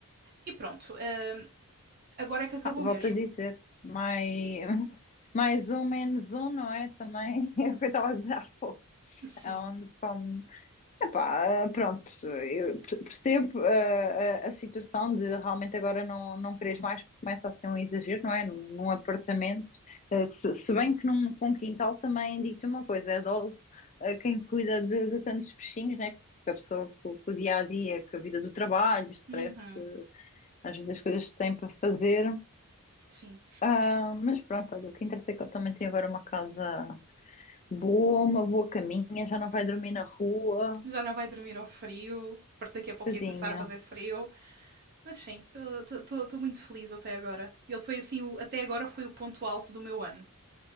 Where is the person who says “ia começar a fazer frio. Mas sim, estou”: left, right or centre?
Right